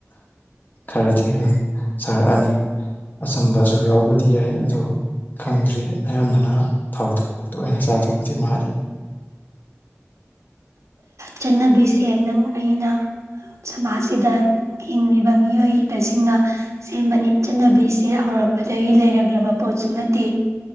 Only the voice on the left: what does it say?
ꯈꯔꯗꯤ ꯑꯗꯨ ꯁꯥꯔꯛꯑꯅꯤ ꯑꯆꯝꯕꯁꯨ ꯌꯥꯎꯕꯗꯤ ꯌꯥꯏ ꯑꯣ ꯈꯪꯗ꯭ꯔꯤ ꯑꯌꯥꯝꯕꯅ ꯊꯥꯎ ꯊꯧꯕꯥꯛꯇ ꯑꯣꯏꯅ ꯆꯥꯊꯣꯛꯄꯗꯤ ꯃꯥꯜꯂꯤ